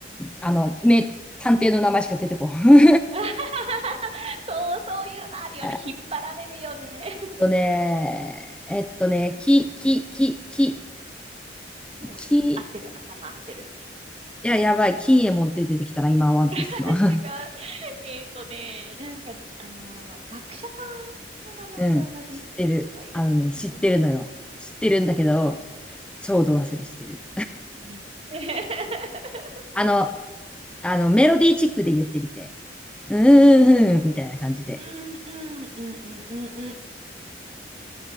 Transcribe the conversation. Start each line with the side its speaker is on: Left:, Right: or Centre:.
Centre: あの、名探偵の名前しか出てこん。
Right: <laughs> そう、そういうのあるよね。
Centre: <laughs> えっ
Right: 引っ張られるよね。
Centre: とね、
Right: うん。
Centre: えっとね、き、き、き、き、
Right: そう。
Centre: き、
Right: 合ってる。
Centre: い
Right: 頭合ってる。
Centre: や、やばい、金右衛門って出てきたな、今、ワンピースの。
Right: <laughs> 違う。
Centre: <laughs>
Right: えっとね、なんか、あのー学者さんの名前で同じ名字の人がいるんだよね。
Centre: うん、知ってる。あのね、知ってるのよ。知ってるんだけど、
Right: そう。
Centre: ちょうど忘れしてる。
Right: うんねえ。<laughs>
Centre: あの、あの、メロディーチックで言ってみて。うーん、みたいな感じで。
Right: うんうんうんうんうんうん